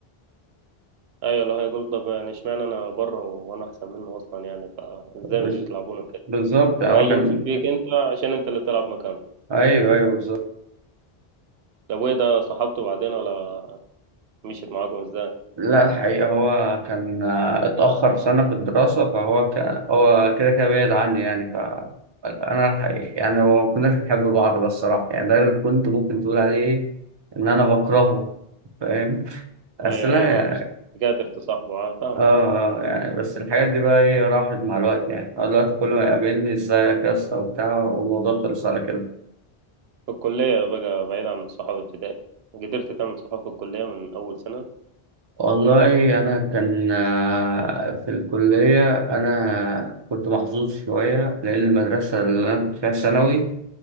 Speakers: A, on the right; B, on the right.
A: ايوه لو هيقول طب يعني اشمعنى انا بره وانا احسن منه اصلا يعني فازاي
B: بس
A: مش بيطلعوني كده
B: بالظبط هو
A: وهيجي
B: كان
A: يمسك فيك انت عشان انت اللي تلعب مكانه
B: ايوه ايوه بالظبط
A: طب وايه ده صاحبته بعدين ولا مشيت معاكم ازاي
B: لا الحقيقة هو كان آه، اتأخر سنة في الدراسة فهو ك... هو كده كده بعيد عني يعني ف أنا الحقيقة يعني ما كناش بنحب بعض بس الصراحة يعني ده اللي كنت ممكن تقول عليه إن أنا بكرهه فاهم
A: ايوه
B: بس لا
A: ايوه اللي
B: يعني
A: هو مش قادر تصاحبه اه فاهمك
B: آه آه، يعني بس الحاجات دي بقى إيه راحت مع الوقت يعني هو دلوقتي كل ما يقابلني إزيك يا اسطى وبتاع والموضوع خلص على كده
A: في الكلية بقى بعيد عن صحاب ابتدائي قدرت تعمل صحاب في الكلية من أول سنة
B: والله أنا كان آه، في الكلية أنا كنت محظوظ شوية لأن المدرسة اللي أنا كنت فيها ثانوي